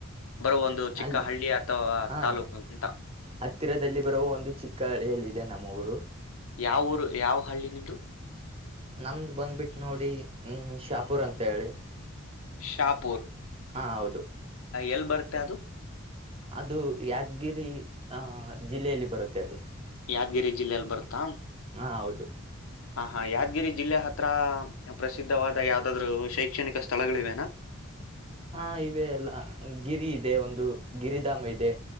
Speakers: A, on the left (about 75°); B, on the right (about 25°).
A: ಬರೋ ಒಂದು ಚಿಕ್ಕ
B: ಅಲ್ಲಿ
A: ಹಳ್ಳಿ ಅಥವಾ
B: ಹಾ
A: ತಾಲೂಕು ಅಂತ
B: ಹತ್ತಿರದಲ್ಲಿ ಬರುವ ಒಂದು ಚಿಕ್ಕ ಹಳಿಯಲ್ಲಿದೆ ಇದೆ ನಮ್ಮ ಊರು
A: ಯಾವ ಊರು ಯಾವ ಹಳ್ಳಿ ನಿಮ್ದು
B: ನಮ್ದು ಬಂದ್ಬಿಟ್ಟು ನೋಡಿ ಹ್ಮ್ ಶಾಪುರ್ ಅಂತ ಹೇಳಿ
A: ಶಾಪುರ್
B: ಹಾ ಹೌದು
A: ಎಲ್ಲಿ ಬರುತ್ತೆ ಅದು
B: ಅದು ಯಾದಗಿರಿ ಅಹ ಜಿಲ್ಲೆಯಲ್ಲಿ ಬರುತ್ತೆ ಅದು
A: ಯಾದಗಿರಿ ಜಿಲ್ಲೆೆಯಲ್ಲಿ ಬರ್ತಂ
B: ಹಾ ಹೌದು
A: ಹ ಹಾ ಯಾದಗಿರಿ ಜಿಲ್ಲೆ ಹತ್ರ ಪ್ರಸಿದ್ಧವಾದ ಯಾವ್ದಾದ್ರು ಶೈಕ್ಷಣಿಕ ಸ್ಥಳಗಳಿವೆನಾ
B: ಹಾ ಇವೆ ಎಲ್ಲ ಗಿರಿ ಇದೆ ಒಂದು ಗಿರಿಧಾಮ ಇದೆ